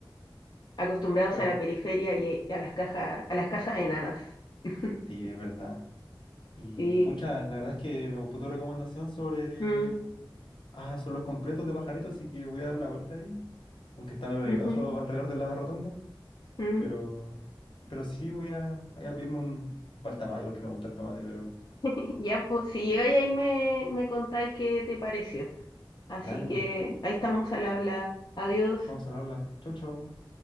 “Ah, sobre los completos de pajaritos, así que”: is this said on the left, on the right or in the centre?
Left